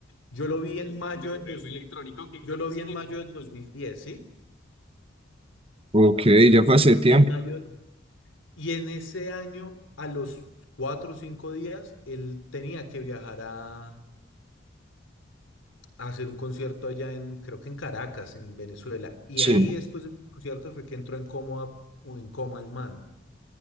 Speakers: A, on the left (about 85°); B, on the right (about 30°).
A: Yo lo vi en mayo del Pero 2000, electrónico que yo lo vi en mayo del 2010, ¿sí?
B: Ok, ya fue hace tiempo,
A: Y en mayo, y en ese año, a los cuatro o cinco días, él tenía que viajar a, a hacer un concierto allá en, creo que en Caracas, en Venezuela. Y
B: sí.
A: ahí después del concierto fue que entró en coma, en coma el man.